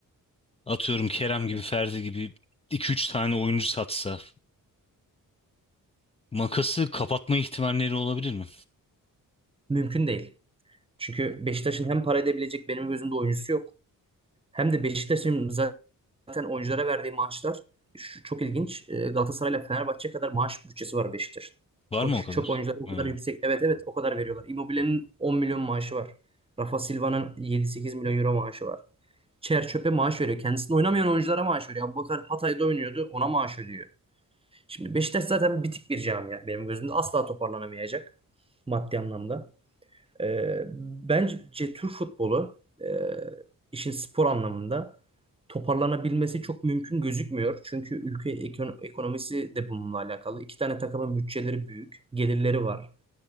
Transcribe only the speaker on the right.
Mümkün değil. Çünkü Beşiktaş'ın hem para edebilecek benim gözümde oyuncusu yok. Hem de Beşiktaş'ın zaten oyunculara verdiği maaşlar şu- çok ilginç. E, Galatasaray'la Fenerbahçe kadar maaş bütçesi var Beşiktaş'ın.
O
ç-
çöp oyuncular o
kadar yüksek. Evet evet o kadar veriyorlar. Immobile'nin 10 milyon maaşı var. Rafa Silva'nın 7-8 milyon euro maaşı var. Çer çöpe maaş veriyor. Kendisini oynamayan oyunculara maaş veriyor. Abubakar Hatay'da oynuyordu. Ona maaş ödüyor. Şimdi Beşiktaş zaten bitik bir camia benim gözümde. Asla toparlanamayacak maddi anlamda. Ee, bence Türk futbolu e, işin spor anlamında toparlanabilmesi çok mümkün gözükmüyor. Çünkü ülke ekon- ekonomisi de bununla alakalı. İki tane takımın bütçeleri büyük, gelirleri var.